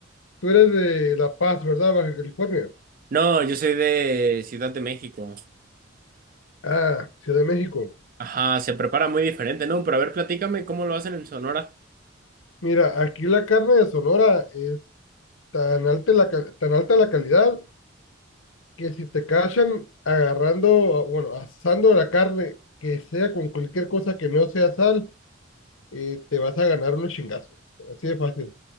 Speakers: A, on the left; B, on the right.
A: Tú eres de La Paz, ¿verdad? Baja California.
B: No, yo soy de Ciudad de México.
A: Ah, Ciudad de México.
B: Ajá, se prepara muy diferente, ¿no? Pero a ver, platícame cómo lo hacen en Sonora.
A: Mira, aquí la carne de Sonora es tan alta la, cal- tan alta la calidad que si te cachan agarrando, bueno, asando la carne, que sea con cualquier cosa que no sea sal, eh, te vas a ganar unos chingazos. Así de fácil.